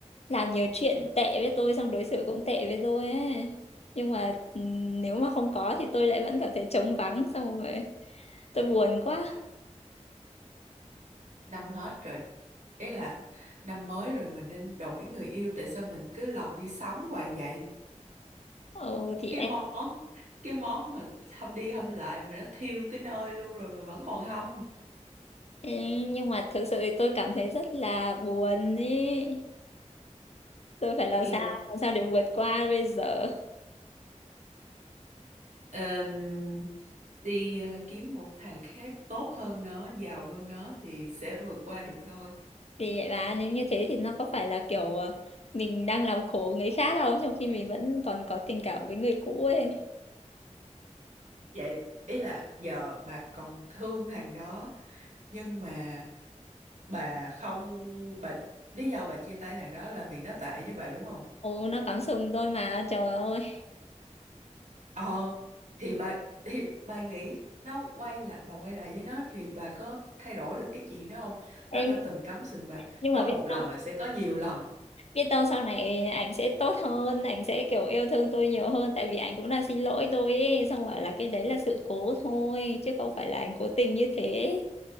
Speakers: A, on the left; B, on the right.
A: làm nhiều chuyện tệ với tôi xong đối xử cũng tệ với tôi ấy. Nhưng mà ừm, nếu mà không có thì tôi lại vẫn cảm thấy trống vắng xong rồi tôi buồn quá.
B: năm hết rồi ý là năm mới rồi mình nên đổi người yêu tại sao mình cứ lò vi sóng hoài vậy
A: Ồ thì
B: cái
A: em,
B: món cái món mà hâm đi hâm lại mà nó thiêu tới nơi luôn rồi mà vẫn còn hâm
A: em nhưng mà thực sự thì tôi cảm thấy rất là buồn ý. Tôi phải làm
B: eo
A: sao làm sao để vượt qua bây giờ.
B: Ờm, đi ờ, kiếm một thằng khác tốt hơn nó giàu hơn nó thì sẽ vượt qua được thôi
A: Thì vậy bà nếu như thế thì nó có phải là kiểu ờ, mình đang làm khổ người khác không trong khi mình vẫn còn có tình cảm với người cũ ấy.
B: vậy ý là giờ bà còn thương thằng đó nhưng mà bà không bà lý do bà chia tay thằng đó là vì nó tệ với bà đúng không
A: Ồ nó cắm sừng tôi mà trời ơi.
B: ờ thì bà thì bà nghĩ nó quay lại bà quay lại với nó thì bà có thay đổi được cái chuyện đó không
A: Em
B: nó đã từng cắm sừng bà
A: nhưng
B: có
A: mà
B: một
A: biết
B: lần
A: đâu
B: là sẽ có nhiều lần
A: biết đâu sau này ảnh sẽ tốt hơn, ảnh sẽ kiểu yêu thương tôi nhiều hơn tại vì ảnh cũng đang xin lỗi tôi ấy, xong rồi là cái đấy là sự cố thôi chứ không phải là ảnh cố tình như thế.